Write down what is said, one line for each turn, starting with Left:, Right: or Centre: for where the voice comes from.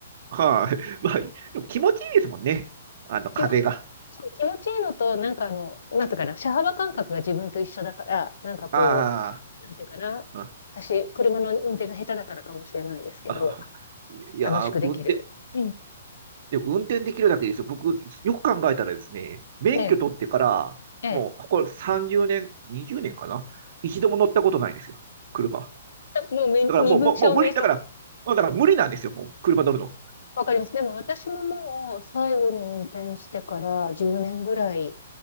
Right: はい。<laughs> まあ、でも気持ちいいですもんね。あの、風が。
Left: 仕事そう気持ちいいのと、なんかあの、なんていうかな、車幅感覚が自分と一緒だから、なんかこ
Right: あ
Left: う、なんていうかな、
Right: あ、
Left: 私、車の運転が下手だからかもしれないですけど、
Right: ああいやー、
Left: 楽しくできる。
Right: 運転、
Left: うん。
Right: で、運転できるだけですよ。僕、よく考えたらですね、免許取ってから、
Left: で、ええ、
Right: もう、ここ30年、20年かな一度も乗ったことないんですよ。車。
Left: もうめ身分証明書。
Right: だからもう、もう、もう無理。だから、もうだから無理なんですよ。もう、車乗るの。
Left: わかります。でも私ももう最後に運転してから10年ぐらい